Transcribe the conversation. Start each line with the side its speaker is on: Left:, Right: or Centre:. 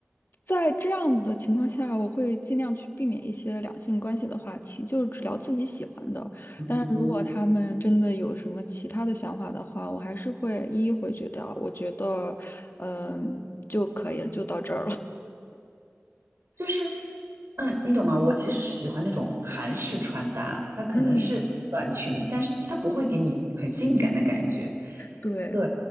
Left: 在这样的情况下，我会尽量去避免一些两性关系的话题，就只聊自己喜欢的。
Right: 嗯，
Left: 但是如果他们真的有什么其他的想法的话，我还是会一一回绝掉。我觉得，嗯，就可以了，就到这儿了。<laughs>
Right: 就是。嗯，你懂吗？我其实是喜欢那种韩式穿搭，它可能是短裙，
Left: 嗯，
Right: 但是它不会给你很性感的感觉。
Left: 对
Right: 对，